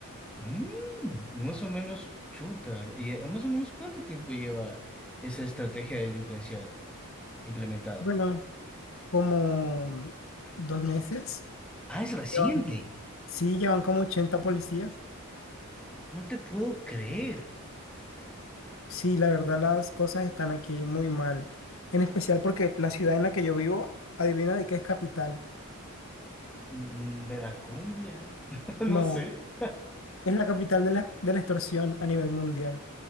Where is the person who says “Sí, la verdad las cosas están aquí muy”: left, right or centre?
Left